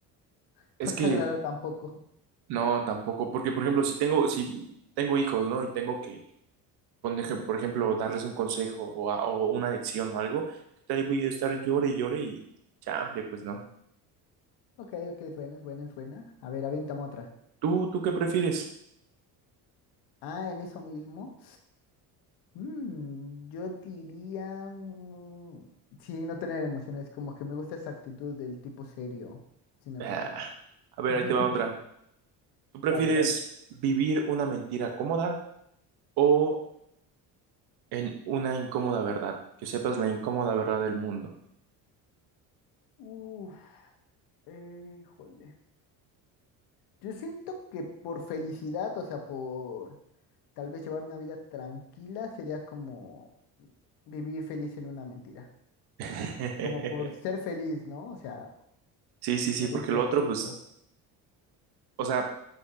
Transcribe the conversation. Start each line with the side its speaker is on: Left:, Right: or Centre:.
Left: <laughs>
Right: Es
Left: No
Right: que
Left: te agrada tampoco.
Right: no, tampoco, porque por ejemplo, si tengo, si tengo hijos, ¿no? Y tengo que Con ej- por ejemplo, darles un consejo o, a- o una lección o algo, ¿qué tal? Y Voy a estar llore y llore y chable, pues no.
Left: Ok, ok, es buena, es buena, es buena. A ver, aviéntame otra.
Right: ¿Tú, tú qué prefieres?
Left: Ah, en eso mismo. Mm, yo diría... mm, sí, no tener emociones. Como que me gusta esa actitud del tipo serio, sin emoción.
Right: Ah, a ver,
Left: <laughs>
Right: ahí te va otra. ¿Tú prefieres
Left: Dale, dale.
Right: vivir una mentira cómoda o en una incómoda verdad? Que sepas la incómoda verdad del mundo.
Left: Uf, eh, jole. Yo siento que por felicidad, o sea, por tal vez llevar una vida tranquila, sería como vivir feliz en una mentira.
Right: <laughs>
Left: como por ser feliz, ¿no? O sea,
Right: Sí, sí, sí,
Left: por
Right: porque
Left: ese
Right: lo
Left: aspecto.
Right: otro, pues, o sea,